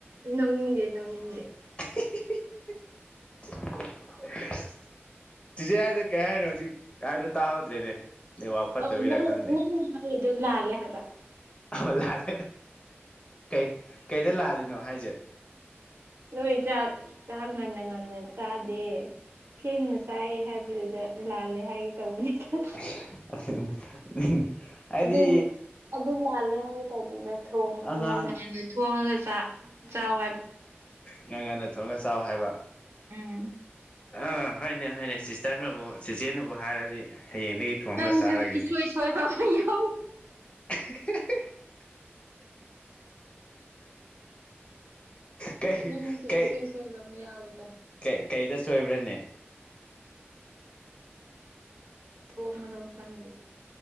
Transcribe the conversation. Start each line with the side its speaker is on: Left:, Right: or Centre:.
Right: ꯅꯣꯅꯤꯡꯗꯦ ꯅꯣꯅꯤꯡꯗꯦ
Left: <inaudible> ꯆꯤꯖꯤꯦ ꯍꯥꯏꯗ ꯀꯩ ꯍꯥꯏꯅꯣ ꯍꯧꯖꯤꯛ ꯍꯥꯏꯕꯗ ꯇꯥꯍꯧꯗ꯭ꯔꯦꯅꯦ ꯅꯦꯠꯋꯥꯛ ꯐꯠꯇꯕꯤꯔꯥ
Right: ꯑꯣ ꯅꯪ
Left: ꯈꯪꯗꯦ
Right: ꯅꯪ ꯑꯩꯗꯣ ꯂꯥꯜꯂꯦ ꯍꯥꯏꯕ
Left: ꯑ ꯂꯥꯜꯂꯦ ꯀꯩ ꯀꯩꯗ ꯂꯥꯜꯂꯤꯅꯣ ꯍꯥꯏꯁꯦ
Right: ꯅꯣꯏ ꯆꯥꯛ ꯆꯥꯛ ꯉꯟꯅ ꯉꯟꯅ ꯆꯥꯗꯦ ꯊꯦꯡꯅ ꯆꯥꯏ ꯍꯥꯏꯕꯗꯨꯗ ꯂꯥꯜꯂꯦ ꯍꯥꯏꯒꯦ ꯇꯧꯕꯅꯤꯅ
Left: <inaudible> ꯍꯥꯏꯗꯤ
Right: ꯑꯗꯨ ꯑꯗꯨ ꯂꯥꯜꯂꯦ ꯍꯥꯏꯒꯦ ꯇꯧꯕꯗꯨꯗ ꯊ
Left: ꯑꯉꯥꯡ
Right: ꯉꯟꯅ ꯉꯟꯅ ꯊꯣꯡꯉꯒ ꯆꯥꯛ ꯆꯥꯎ
Left: ꯉꯪ ꯉꯟꯅ ꯊꯣꯡꯒ ꯆꯥꯎ ꯍꯥꯏꯕ
Right: ꯎꯝ
Left: ꯑꯥ ꯍꯣꯏꯅꯦ ꯍꯣꯏꯅꯦ ꯁꯤꯁꯇꯔꯅꯕꯨ ꯆꯆꯦꯅꯕꯨ ꯍꯥꯏꯔꯗꯤ ꯍꯌꯦꯡꯗꯒꯤ ꯊꯣꯡꯉꯒ
Right: ꯅꯪꯁꯨ
Left: ꯆꯥꯔꯒꯦꯅꯦ
Right: ꯏꯁꯣꯏ ꯁꯣꯏꯕ ꯑꯃ ꯌꯥꯎ
Left: <unintelligible> ꯀꯩ
Right: ꯅꯪꯁꯨ
Left: ꯀꯩ
Right: ꯏꯁꯣꯏ ꯁꯣꯏꯕ ꯑꯃ ꯌꯥꯎꯋꯤꯗ
Left: ꯀꯩ ꯀꯩꯗ ꯁꯣꯏꯕ꯭ꯔꯅꯦ
Right: ꯊꯣꯛꯃꯔꯣꯝ ꯈꯪꯗꯦꯗ